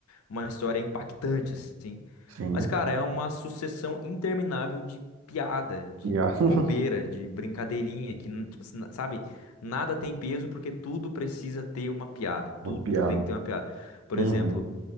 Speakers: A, on the left; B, on the right.
A: uma história impactante, assim.
B: Sim.
A: Mas, cara, é uma sucessão interminável de piada, de
B: Piada.
A: bobeira, de brincadeirinha, que, não- tipo, assim, na- sabe? Nada tem peso porque tudo precisa ter uma piada.
B: <laughs> Uma
A: Tudo
B: piada.
A: tem que ter uma piada. Por
B: Uhum.
A: exemplo,